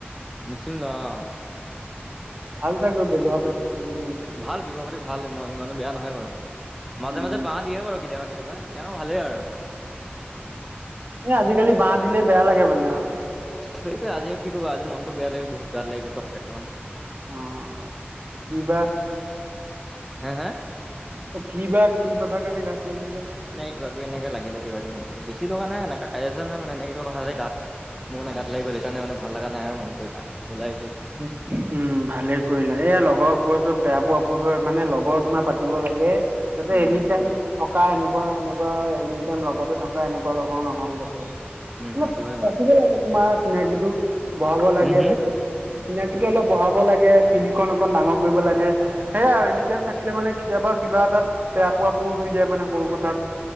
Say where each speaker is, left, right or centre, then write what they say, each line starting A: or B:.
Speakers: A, in the centre; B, on the right.
A: মুছলিম ল'ৰা, অ।
B: অ। ত ব্যৱহাৰ
A: এ
B: পাতি চাগে
A: ভাল ব্যৱহাৰ-পাতি ভাল, ই ইমানো বেয়া নহয় বাৰু। মাজে-মাজে
B: উম
A: বাঁহ দিয়ে বাৰু, কেতিয়াবা- কেতিয়াবা। তেওঁ ভালেই আৰু।
B: এ আজি-কালি বাঁহ দিলে বেয়া লাগে মানে অ।
A: সেইটোৱে, আজি আৰু কি ক'বা, আজি মনটো বেয়া লাগিল বহুত। গাত লাগিল কথা কেটামান।
B: অ, কি বা?
A: হে? হে?
B: অ, কি বা কি কথা কাৰণে গাত লাগিল বা?
A: কিবা-কিবি এনেকে লাগিলে, কিবা-কিবি এনেকে বেছি লগা নাই। এনেকা কাজিয়া-চাজিয়া নহয় মানে এনেকে কিবা কথা এটাতে গাত মোৰ মানে গাত লাগি গ'ল, সেইকাৰণে মানে ভাল লগা নাই আৰু মনটো। এইকাৰণে ওলাই আহিছোঁ অকণ।
B: উম, ভালে কৰিলা। এইয়া লগৰবোৰৰ য'ত বেয়া পোৱা পুই হয়, মানে লগৰ তোমাৰ পাতিব লাগে যাতে
A: উম
B: এনি টাইম থকা এনেকুৱা-এনেকুৱা এনি টাইম লগতে থকা, এনেকুৱা লগৰ নহয় যাতে। অলপ
A: উম সেইটো হয় বাৰু
B: ৰাখিব লাগে তোমাৰ চিনাকিটো, বঢ়াব লাগে
A: উম হম
B: তাৰপিছত চিনাকিটো অলপ বঢ়াব লাগে, ফিল্ডখন অকণ ডাঙৰ কৰিব লাগে। সেইয়াই আৰু এনি টাইম থাকিলে মানে কেতিয়াবা কিবা এটাত বেয়া পোৱা পোই হৈ যায়, মানে সৰু কথাত।